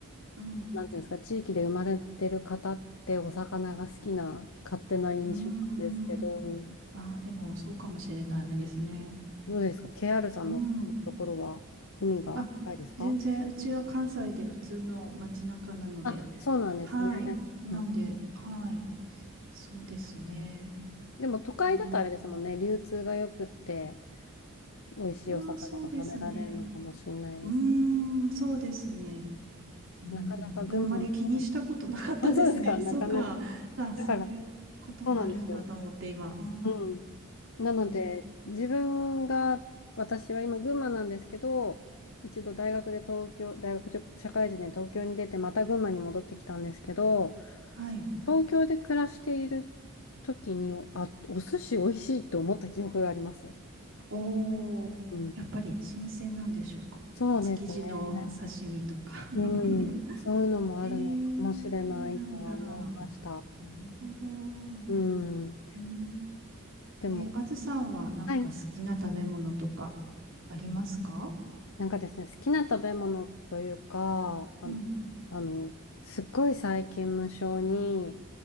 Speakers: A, on the right (about 60°); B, on the left (about 65°).
A: うん、
B: なんていうんですか、地域で生まれてる方ってお魚が好きな勝手な印象なんですけど、
A: うん、うん。ああ、でも、そうかもしれないですね。
B: どうですか ?KR さんのところは海が近いですか
A: うん。あ、全然、うちは関西で普通の街中なので、
B: あ、そうなんですね。
A: はい。なんで、
B: うん。
A: はい。そうですね。
B: でも都会だとあれですもんね、
A: うん。
B: 流通が良くって、美味しいお魚が食べられるのかもしれないです。
A: まあ、そうですね。うーん、そうですね。うん、
B: なかなか群馬も美味しい。
A: いやあまり気にしたことなかったですね。
B: あ、そうですか、なかなか。
A: <laughs> そうか。さあ、そういうこともあるんだと思って今。
B: だから、そうなんですよ。
A: うん。
B: うん。なので、
A: え、
B: 自分が、私は今、群馬なんですけど、一度大学で東京、大学社会人で東京に出て、また群馬に戻ってきたんですけど、
A: はい。
B: 東京で暮らしている時に、あ、お寿司美味しいと思った記憶があります。
A: おお、
B: うん。
A: やっぱり新鮮なんでしょうか。
B: そうですね。
A: 築地の刺身とか。<laughs>
B: うん。そういうのもあるのかもしれないとは思いました。
A: えー、そうなんだ。なるほど。
B: うん。
A: えー、
B: でも、
A: えー、あずさんはなんか好きな食べ物とか
B: はい。
A: ありますか
B: なんかですね、好きな食べ物というか、あの、
A: うん。
B: あのすっごい最近無性に、